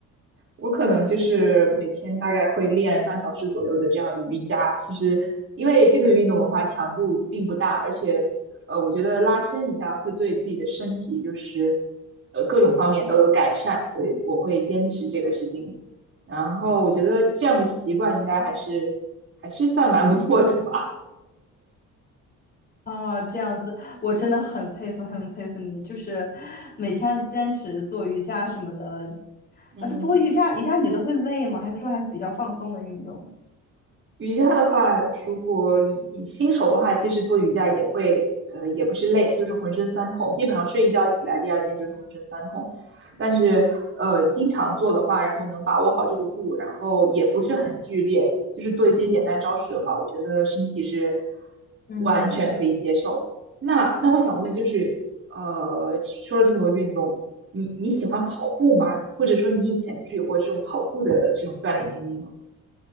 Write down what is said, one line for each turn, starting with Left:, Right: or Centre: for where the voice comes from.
Right: 我可能就是每天大概会练半小时左右的这样瑜伽。其实，因为这个运动的话强度并不大，而且，呃，我觉得拉伸一下会对自己的身体就是，呃，各种方面都有改善，所以我会坚持这个事情。然后我觉得这样的习惯应该还是还是算蛮不错的吧。
Left: 哦，这样子，我真的很佩服，很佩服你，就是每天坚持做瑜伽什么的
Right: 嗯
Left: 啊。不过瑜伽，瑜伽你觉得会累吗？还是说还是比较放松的运动？
Right: 瑜伽的话，如果你你新手的话，其实做瑜伽也会，呃，也不是累，就是浑身酸痛，基本上睡一觉起来，第二天就是浑身酸痛。但是，呃，经常做的话，然后能把握好这个度，然后也不是很剧烈，就是做一些简单招式的话，我觉得身体是
Left: 嗯。
Right: 完全可以接受。那那我想问，就是，呃，说了这么多运动，你你喜欢跑步吗？或者说你以前就是有过这种跑步的这种锻炼经历吗？